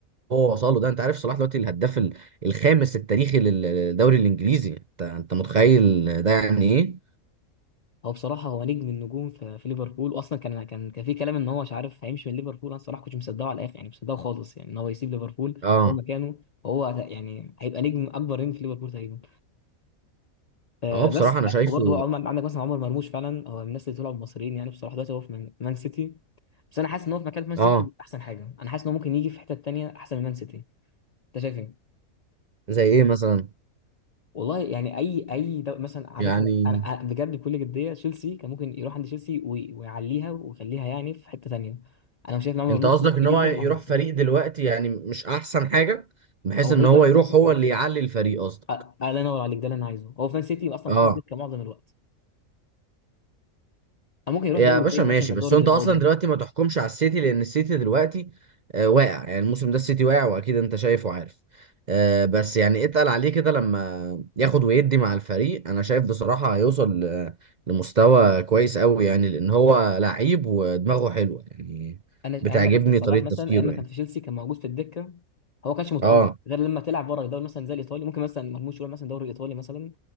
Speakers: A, on the right (about 50°); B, on the left (about 80°).
A: هو وصله ده انت عارف صلاح دلوقتي الهداف ال- الخامس التاريخي لل- للدوري الانجليزي انت انت متخيل ده يعني ايه
B: هو بصراحة هو نجم النجوم في, في ليفربول وأصلا كان كان كان في كلام إن هو مش عارف هيمشي من ليفربول أنا الصراحة كنت مصدقه على الآخر يعني مش مصدقه خالص يعني إن هو يسيب ليفربول
A: اه
B: هو مكانه وهو يعني هيبقى نجم أكبر نجم في ليفربول تقريبا آه
A: اه بصراحه
B: بس
A: انا شايفه
B: وبرضه عمر عندك مثلا عمر مرموش فعلا هو من الناس اللي طلعوا المصريين يعني بصراحة دلوقتي هو في مان مان سيتي بس أنا حاسس إن هو في مكان في مان سيتي
A: اه آه،
B: أحسن حاجة أنا حاسس إن هو ممكن يجي في حتة تانية أحسن من مان سيتي أنت شايف إيه؟
A: زي ايه مثلا
B: والله يعني اي اي دو... مثلا على
A: يعني
B: فكره انا أنا بجد بكل جديه تشيلسي كان ممكن يروح عند تشيلسي وي- ويعليها ويخليها يعني في حته ثانيه انا شايف ان عمرو
A: انت
B: مرموش
A: قصدك
B: كويس
A: ان
B: جدا
A: هو يروح
B: مع تشيلسي
A: فريق دلوقتي يعني مش احسن حاجه بحيث
B: هو
A: ان
B: فريق
A: هو
B: دلوقتي
A: يروح
B: في مان سيتي
A: هو اللي يعلي الفريق اصلا
B: أ- الله ينور عليك ده اللي انا عايزه هو في مان سيتي اصلا
A: اه
B: محطوط دكه معظم الوقت أو ممكن يروح
A: يا
B: دوري
A: باشا
B: تاني
A: ماشي
B: مثلا زي الدوري
A: بس هو
B: الايطالي
A: انت اصلا دلوقتي ما تحكمش على السيتي لان السيتي دلوقتي آه واقع يعني الموسم ده السيتي واقع واكيد انت شايف وعارف آه بس يعني اتقل عليه كده لما ياخد ويدي مع الفريق انا شايف بصراحه هيوصل ل- لمستوى كويس قوي يعني لان هو لعيب ودماغه حلوه يعني
B: انا
A: بتعجبني
B: عندك مثلا صلاح
A: طريقه
B: مثلا
A: تفكيره
B: ايام ما
A: يعني
B: كان في تشيلسي كان موجود في الدكه هو ما كانش متالق
A: اه
B: غير لما تلعب بره الدوري مثلا زي الايطالي ممكن مثلا مرموش يروح مثلا الدوري الايطالي مثلا